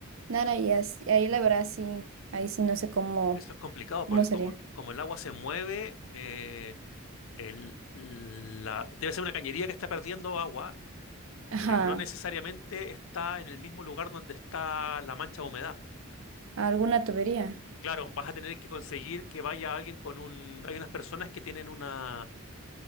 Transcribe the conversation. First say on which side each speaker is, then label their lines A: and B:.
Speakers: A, on the right; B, on the left.
A: nada, y as- ahí la verdad sí, ahí sí no sé cómo,
B: eso es complicado
A: cómo
B: porque
A: sería.
B: como, como el agua se mueve, eh, el- la- debe ser una cañería que está perdiendo agua,
A: Ajá,
B: pero no necesariamente está en el mismo lugar donde está la mancha de humedad.
A: alguna tubería.
B: Claro, vas a tener que conseguir que vaya alguien con un... Hay unas personas que tienen una,